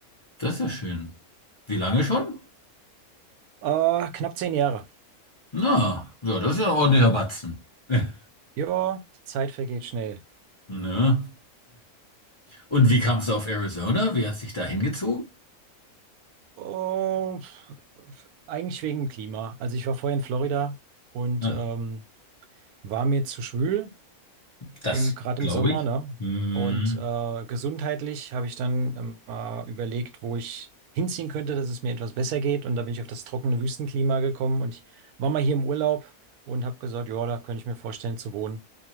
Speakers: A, on the left; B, on the right.
A: das ist ja schön. Wie lange schon?
B: Äh, knapp zehn Jahre.
A: Na, ja, das ist ja ein ordentlicher Batzen. <laughs>
B: Ja, die Zeit vergeht schnell.
A: Ne? Und wie kamst du auf Arizona? Wie hast dich da hingezogen?
B: Oh, f- eigentlich wegen dem Klima. Also ich war vorher in Florida und
A: Ja,
B: ähm, war mir zu schwül,
A: das
B: im, gerade
A: glaube
B: im Sommer,
A: ich.
B: ne?
A: Hm.
B: Und äh, gesundheitlich habe ich dann ähm, äh, überlegt, wo ich hinziehen könnte, dass es mir etwas besser geht. Und da bin ich auf das trockene Wüstenklima gekommen und ich war mal hier im Urlaub und habe gesagt, ja, da könnte ich mir vorstellen zu wohnen.